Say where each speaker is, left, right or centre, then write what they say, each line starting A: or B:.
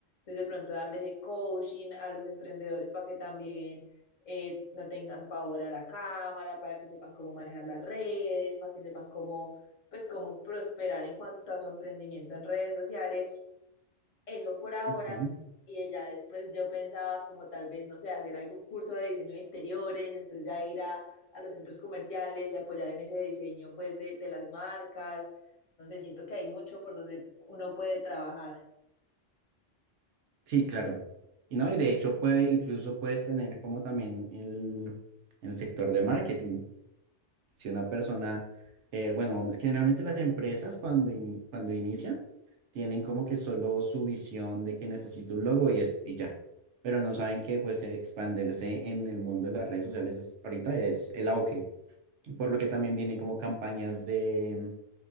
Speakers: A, on the left; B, on the right.
A: entonces, de pronto darle ese coaching a los emprendedores para que también eh, no tengan pavor a la cámara, para que sepan cómo manejar las redes, para que sepan cómo, pues, cómo prosperar en cuanto a su emprendimiento en redes sociales. Eso por ahora.
B: Ujú.
A: Y ya después yo pensaba como tal vez, no sé, hacer algún curso de diseño de interiores, entonces ya ir a, a los centros comerciales y apoyar en ese diseño pues de, de las marcas. No sé, siento que hay mucho por donde uno puede trabajar.
B: Sí, claro. Y no, y de hecho puede, incluso puedes tener como también el, el sector de marketing. Si una persona, eh, bueno, generalmente las empresas cuando, in- cuando inician tienen como que solo su visión de que necesito un logo y, es, y ya, pero no saben que pues expandirse en el mundo de las redes sociales es- ahorita es el auge, por lo que también vienen como campañas de